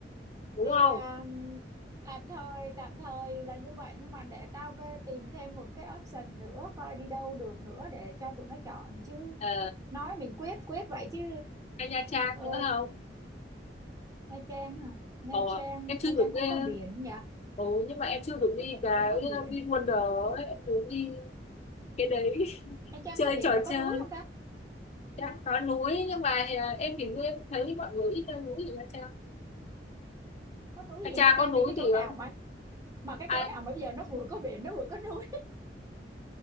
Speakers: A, on the left; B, on the right.
A: đúng
B: thì
A: không
B: à, tạm thời tạm thời là như vậy nhưng mà để tao cái tìm thêm một cái option nữa coi đi đâu được nữa để cho tụi nó chọn chứ
A: Ờ,
B: nói mình quyết quyết vậy chứ
A: hay Nha Trang
B: ờ,
A: nữa không
B: Nha Trang à Nha
A: ờ,
B: Trang
A: em chưa
B: Nha
A: được
B: Trang cũng
A: đi
B: có biển nhỉ
A: ừ, nhưng mà em chưa được đi cái
B: cũng có
A: VinWonder
B: biển
A: ấy em muốn đi cái đấy <laughs>
B: Nha Trang
A: chơi
B: có biển
A: trò
B: rồi có
A: chơi
B: núi không ta
A: Dạ, có núi nhưng mà à, em thì em thấy mọi người ít leo núi thì Nha Trang.
B: có núi
A: Nha
B: gì
A: Trang
B: Nha Trang
A: có núi
B: đi cái
A: thì
B: chỗ nào
A: không?
B: mà mà cái
A: Ai
B: chỗ nào mà bây giờ nó vừa có biển nó vừa có núi